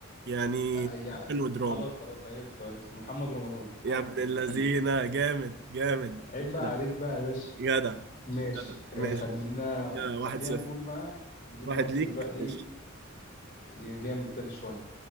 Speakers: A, on the right; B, on the left.
A: يعني
B: آه، يع-
A: اكشن ودراما
B: خلاص خلاص عرفته عرفته محمد رمضان محمد
A: يا ابن
B: رمضان
A: اللذينه
B: اكيد
A: جامد جامد
B: عيب
A: جدع
B: بقى عليك بقى يا باشا
A: جدع
B: ماشي
A: جدع ماشي
B: آه خلينا
A: كده
B: خلينا
A: واحد صفر
B: نقول بقى نجيب
A: واحد
B: ممثل
A: ليك
B: بقى ايه
A: ماشي
B: جامد كده شويه